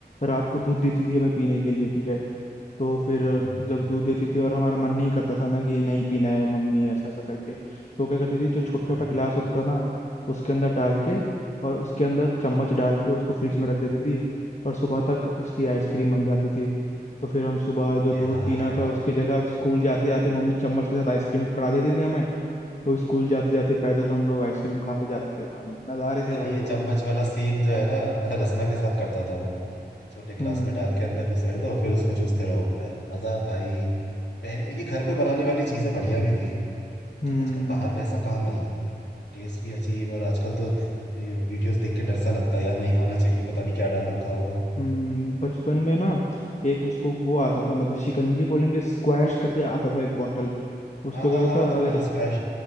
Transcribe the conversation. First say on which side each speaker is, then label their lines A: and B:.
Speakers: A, on the left; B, on the left.
A: रात को दूध देती थी हमें पीने के लिए ठीक है तो फिर
B: हाँ
A: जब दूध देती थी और हमारा मन नहीं करता था ना कि ये नहीं पीना है मम्मी ऐसा ऐसा करके तो क्या करती थी जो छोटा
B: हाँ
A: छोटा गिलास होता था ना उसके अंदर डाल के और उसके अंदर चम्मच डाल के उसको फ्रिज में रख देती थी और सुबह तक उसकी आइसक्रीम बन जाती थी तो फिर हम सुबह जो
B: अरे
A: दूध
B: हाँ
A: पीना
B: यार
A: था उसकी जगह स्कूल जाते जाते मम्मी चम्मच के साथ आइसक्रीम पकड़ा देती थी हमें वो स्कूल जाते जाते पैदल हम लोग आइसक्रीम खा के जाते थे भाई नज़ारे थे
B: अरे
A: भाई
B: ये
A: वो
B: चम्मच वाला सीन जो है ना <laughs> रसना के साथ करता था मैं छोटे गिलास
A: हम्म
B: में डाल के अंदर घुसेड़ दो फिर उसको चूसते रहो अ, मजा भाई पहले ये घर पे बनाने वाली चीजें बढ़िया भी थी
A: हम्म
B: आजकल बाहर वैसा कहाँ मिलता है टेस्ट भी अजीब और आजकल तो ये वीडियोस देख के डर सा लगता है यार नहीं खाना चाहिए पता नहीं क्या डाल रखा होगा
A: हम्म बचपन में ना एक उसको वो आता था मतलब शिकंजी बोलेंगे स्क्वैश करके आता था एक बॉटल उसको
B: हाँ हाँ
A: क्या होता
B: हाँ
A: था
B: हाँ
A: अगर
B: हाँ स्क्वैश